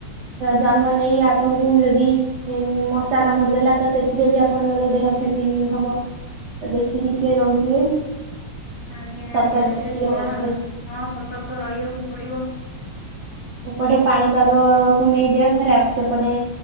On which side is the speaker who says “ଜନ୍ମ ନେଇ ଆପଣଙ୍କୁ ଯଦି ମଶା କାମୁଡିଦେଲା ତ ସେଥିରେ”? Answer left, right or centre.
Right